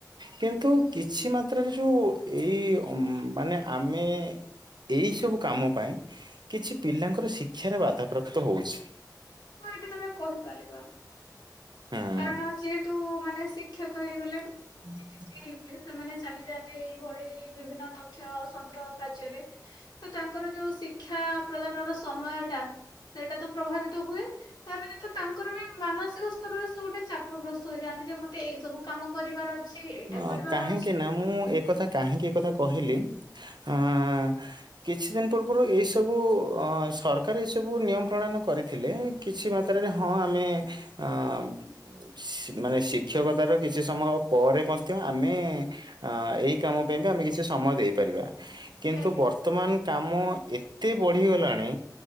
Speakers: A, on the right (about 85°); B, on the left (about 85°).
A: କିନ୍ତୁ କିଛି ମାତ୍ରାରେ ଯୋଉ ଏଇ ଅମ୍-ମ୍-ମ୍ ମାନେ ଆମେ-ଏ-ଏ ଏହି ସବୁ କାମ ପାଇଁ କିଛି ପିଲାଙ୍କର ଶିକ୍ଷାରେ ବାଧାପ୍ରାପ୍ତ ହେଉଛି।
B: ହଁ ଏଇଟା ତମେ କହିପାରିବା
A: ହୁଁ
B: କାରଣ ଯେହେତୁ ମାନେ ସେ ଶିକ୍ଷକ ହେଇଗଲେ
A: ହୁଁ <unintelligible>
B: ଟିକେ ହେଇଗଲେ ସେମାନେ ଚାଲି ଯାଆନ୍ତି <unintelligible> ବିଭିନ୍ନ ତଥ୍ୟ ସଂଗ୍ରହ କାର୍ଯ୍ୟରେ। ତ ତାଙ୍କର ଯୋଉ ଶିକ୍ଷା ପ୍ରଦାନର ସମୟ ଟା ସେଇଟା ତ ପ୍ରଭାବିତ ବିତ ହୁଏ ତା ବ୍ୟତୀତ ତାଙ୍କର ବି ମାନସିକ ସ୍ତରରେ ସେ ଗୋଟେ ଚା ଚାପଗ୍ରସ୍ତ ହେଇଯାଆନ୍ତି ଯେ ମତେ ଏଇ ସବୁ କାମ କରିବାର ଅଛି, ଏଇଟା
A: ଅ
B: କରିବାର
A: କାହିଁକି
B: ଅଛି।
A: ନା ମୁଁ ଏ କଥା କାହିଁକି ଏ କଥା କହିଲି ଆ-ଆ-ଆ-ଆ କିଛି ଦିନ ପୂର୍ବରୁ ଏଇସବୁ ଅଁ ସରକାର ଏଇ ସବୁ ନିୟମ ପ୍ରଣୟନ କରିଥିଲେ। କିଛି କିଛି ମାତ୍ରାରେ ହଁ ଆମେ ଏ-ଏ-ଏ-ଏ ସେମାନେ ଶିକ୍ଷକତାର କିଛି ସମୟ ପରେ ମଧ୍ୟ ଆମେ-ଏ-ଏ-ଏ ଅ-ଅ-ଅ ଏଇ କାମ ପାଇଁ ବି ଆମେ କିଛି ସମୟ ଦେଇପାରିବା। କିନ୍ତୁ
B: ଆଜ୍ଞା
A: ବର୍ତ୍ତମାନ କାମ ଏ ଏତେ ପଢ଼ିଗଲାଣି